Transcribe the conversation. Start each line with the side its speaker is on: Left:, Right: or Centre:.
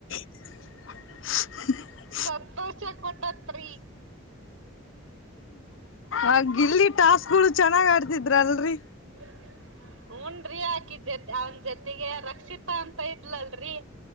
Left: <unintelligible>
Right: ಸಂತೋಷ ಕೊಟ್ಟತ್ರಿ.
Left: ಆ ಗಿಲ್ಲಿ ಟಾಸ್ಕ್ಗಳು ಚೆನ್ನಾಗ್ ಆಡ್ತಿದ್ರ ಅಲ್ರಿ.
Right: ಹ <unintelligible> ಹೂನ್ರಿ ಆಕಿ ಜೊತೆ ಅವನ ಜೊತೆಗೆ ರಕ್ಷಿತಾ ಅಂತ ಇದ್ಲಲ್ರರಿ.